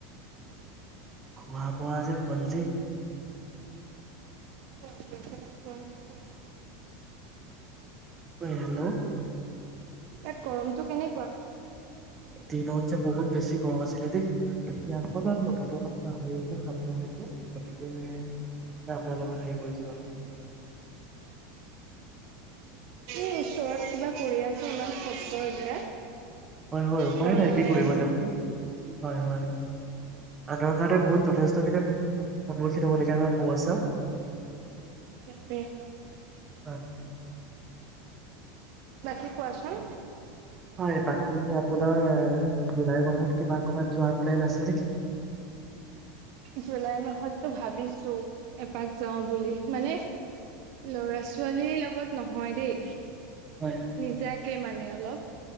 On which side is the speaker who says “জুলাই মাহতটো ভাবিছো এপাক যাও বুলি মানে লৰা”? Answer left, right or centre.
Right